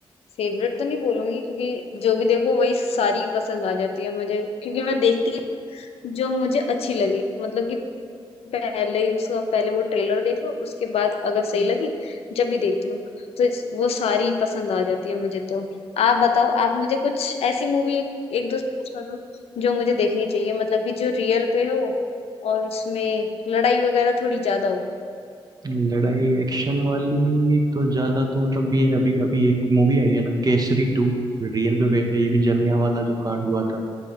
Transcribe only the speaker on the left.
फेवरेट तो नहीं बोलूंगी क्योंकि जो भी देखो वही सारी पसंद आ जाती है मुझे क्योंकि मैं देखती हूँ जो मुझे अच्छी लगे मतलब कि पहले ही उसका पहले वो ट्रेलर देख लो उसके बाद अगर सही लगी जब भी देखती हूँ तो इस- वो सारी पसंद आ जाती है मुझे तो आप बताओ आप मुझे कुछ ऐसी मूवी एक, एक दो सजेस्ट कर दो जो मुझे देखनी चाहिए मतलब कि जो रियल पे हो और उसमें लड़ाई वगैरह थोड़ी ज्यादा हो